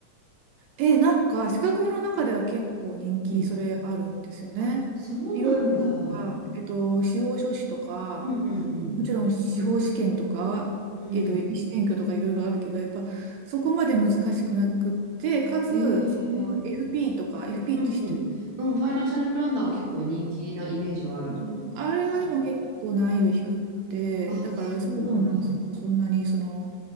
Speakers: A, on the right (about 80°); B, on the right (about 65°).
A: え、なんか、資格の中では結構人気、
B: うん。
A: それあるんですよね。
B: あ、そうなんだ。
A: いろいろなんか、
B: うん
A: えっと、司法書士とか、
B: うんうん。
A: もちろん司法試験とか、
B: うん。
A: えっと、医師免許とかいろいろあるけど、やっぱそこまで難しくなくって、かつ、
B: ええ
A: その FP とか、FP
B: うんうん。
A: って知ってる
B: でもファイナンシャルプランナーは結構人気なイメージはある。
A: そうでもあれはでも結構難易度低くて、
B: うんあ、
A: だからそこのなんつうの、
B: そうなんだ。
A: そんなにその、